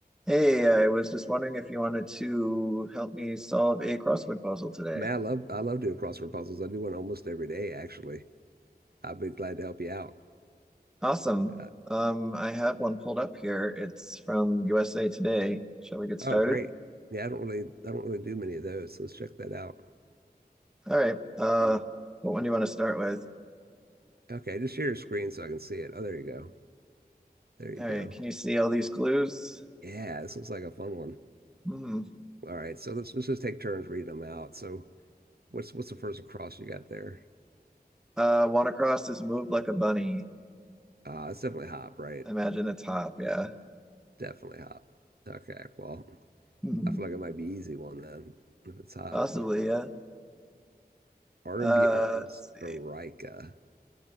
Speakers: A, in the centre; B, on the right.
A: Hey, I was just wondering if you wanted to help me solve a crossword puzzle today.
B: Man, I love I love doing crossword puzzles. I do one almost every day, actually. I'd be glad to help you out.
A: Awesome.
B: Uh,
A: Um, I have one pulled up here. It's from USA Today. Shall we get started?
B: oh, great. Yeah, I don't really I don't really do many of those. So let's check that out.
A: All right. Uh, what one do you want to start with?
B: Okay, just share your screen so I can see it. Oh, there you go. There you
A: All
B: go.
A: right. Can you see all these clues?
B: Yeah, this looks like a fun one.
A: Hmm.
B: All right, so let's let's just take turns reading them out. So what's what's the first across you got there?
A: Uh, Wanacross is moved like a bunny.
B: Uh, it's definitely hop, right?
A: Imagine a top. Yeah.
B: Definitely hop. Okay, well,
A: Hmm.
B: I feel like it might be easy one then if it's hop,
A: Possibly.
B: but
A: Yeah.
B: R&B
A: Uh,
B: artist
A: let's see.
B: Erykah.